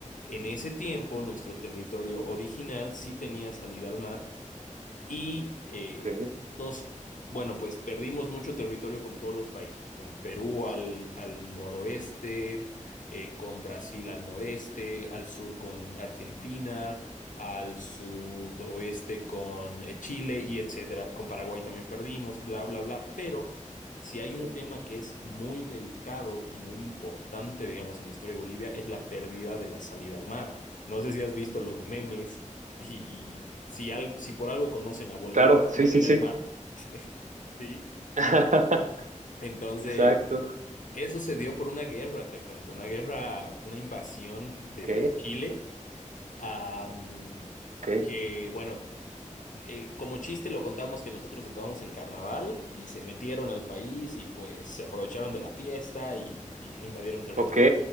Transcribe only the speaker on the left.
en ese tiempo, nuestro territorio original sí tenía salida al mar y eh,
nos, bueno, pues perdimos mucho territorio con todos los países, con Perú al, al noroeste, eh, con Brasil al noreste, al sur con Argentina, al sudoeste con eh, Chile y etcétera. Con Paraguay también perdimos, bla, bla, bla. Pero si hay
un tema que es muy delicado y muy importante, digamos, en la historia de Bolivia, es la pérdida de la salida al mar. No sé si has visto los memes y, y si, al- si por algo conocen a Bolivia,
no
tener
mar, <laughs> ¿sí?
Entonces,
eso se dio por una guerra, te cuento, una guerra, una invasión de
Chile, ah, mm,
que, bueno, eh, como chiste lo contamos que nosotros estábamos en carnaval y se metieron al país y pues se aprovecharon de la fiesta y, y invadieron territorio.